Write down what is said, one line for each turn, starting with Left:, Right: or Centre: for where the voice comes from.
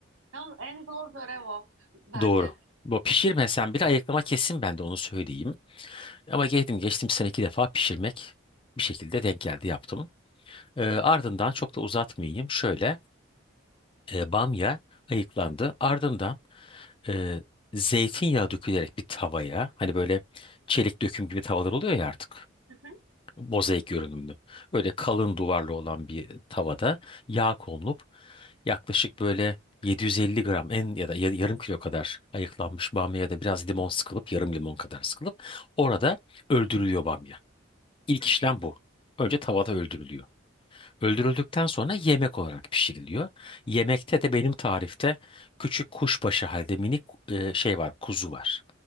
Right: Yalnız en zor görev o bence.
Left: Doğru. Bu pişirmesen bile ayıklama kesin ben de onu söyleyeyim. Ama geldim geçtim sene iki defa pişirmek bir şekilde denk geldi yaptım. Ee, ardından
Right: Hı hı,
Left: çok da uzatmayayım. Şöyle e, bamya ayıklandı. Ardından e, zeytinyağı dökülerek bir tavaya hani böyle çelik döküm gibi tavalar oluyor ya artık.
Right: hı hı,
Left: Mozaik görünümlü. Böyle kalın duvarlı olan bir tavada yağ konulup yaklaşık böyle 750 gram en ya da ya- yarım kilo kadar ayıklanmış bamya ya da biraz limon sıkılıp yarım limon kadar sıkılıp orada öldürülüyor bamya. İlk
Right: hı
Left: işlem
Right: hı,
Left: bu. Önce tavada öldürülüyor. Öldürüldükten
Right: hı hı,
Left: sonra yemek olarak pişiriliyor. Yemekte de benim tarifte küçük kuşbaşı halde minik e, şey var, kuzu var.